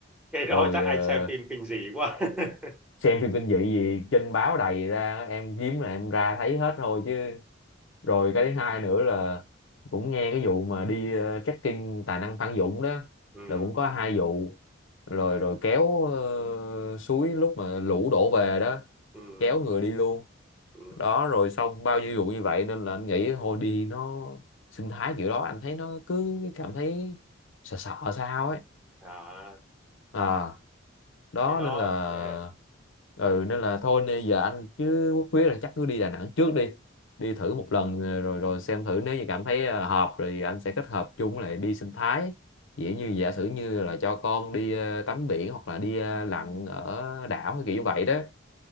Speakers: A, in the centre; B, on the left.
A: cái đó
B: rồi
A: chắc
B: ờ,
A: anh xem phim kinh dị quá <laughs>
B: xem phim kinh dị gì trên báo đầy ra em kiếm là em ra thấy hết thôi chứ rồi cái thứ hai nữa là cũng nghe cái vụ mà đi ờ, trekking tài năng Phan Dũng đó
A: ừ
B: là cũng có hai vụ rồi rồi kéo ờ, suối lúc mà lũ đổ về đó
A: ừ
B: kéo người đi luôn
A: ừ
B: đó rồi xong bao nhiêu vụ như vậy nên là anh nghĩ thôi đi nó sinh thái kiểu đó anh thấy nó cứ cảm thấy sợ sợ sao ấy
A: à
B: à đó
A: cái đó
B: nên là
A: yeah.
B: ừ nên là thôi nên giờ anh chứ Quốc quyết là chắc cứ đi Đà Nẵng trước đi đi thử
A: Ừ.
B: một lần ờ, rồi rồi xem thử nếu như cảm thấy ờ, hợp rồi anh sẽ kết hợp chung với lại đi sinh thái dĩ như giả sử như là cho con đi ờ, tắm biển hoặc là đi ờ, lặn ở đảo hay kiểu như vậy đó